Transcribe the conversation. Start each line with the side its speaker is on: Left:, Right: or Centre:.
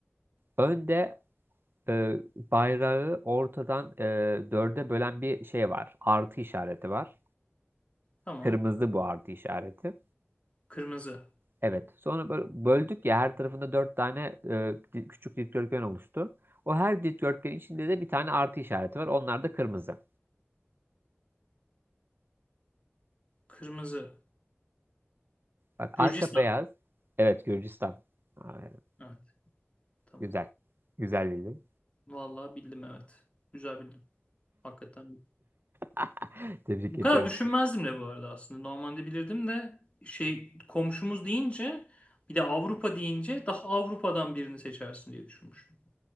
Right: Önde e, bayrağı ortadan e, dörde bölen bir şey var. Artı işareti var.
Left: tamam.
Right: Kırmızı bu artı işareti.
Left: Kırmızı,
Right: Evet. Sonra böyle böldük ya her tarafında dört tane e, di- küçük dikdörtgen oluştu. O her dikdörtgenin içinde de bir tane artı işareti var. Onlar da kırmızı.
Left: kırmızı.
Right: Bak
Left: Gürcistan.
Right: arka beyaz. Evet Gürcistan. Aferin.
Left: Evet, tamam.
Right: Güzel. Güzel bildim.
Left: Vallahi bildim evet. Güzel bildim. Hakikaten.
Right: <laughs> Tebrik
Left: Bu
Right: ediyorum.
Left: kadar düşünmezdim de bu arada aslında. Normalde bilirdim de şey komşumuz deyince bir de Avrupa deyince daha Avrupa'dan birini seçersin diye düşünmüşüm.